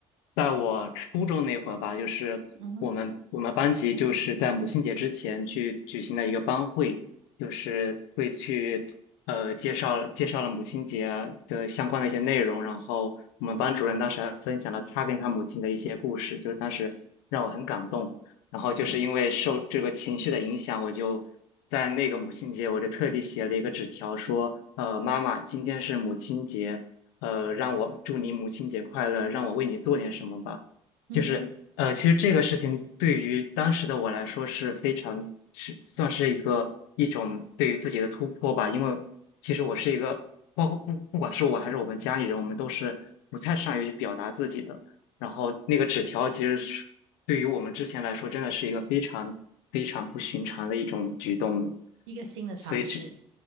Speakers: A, on the left (about 80°); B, on the right (about 80°).
A: 在我初中那会儿吧，就是我们我们班级就是在母亲节之前去举行的一个班会，
B: 嗯哼，
A: 就是会去呃介绍介绍了母亲节的相关的一些内容，然后我们班主任当时还分享了他跟他母亲的一些故事，就是当时让我很感动。然后就是因为受这个情绪的影响，
B: 嗯
A: 我就在那个母亲节，我就特地写了一个纸条说，呃，妈妈，今天是母亲节。呃，让我祝你母亲节快乐，让我为你做点什么吧。
B: 嗯哼，
A: 就是呃，其实这个事情对于当时的我来说是非常是算是一个一种对于自己的突破吧，因为其实我是一个，包括不不管是我还是我们家里人，我们都是不太善于表达自己的。然后那个纸条其实是对于我们之前来说，真的是一个非常非常不寻常的一种举动的。
B: 一个新的尝试。
A: 所以这，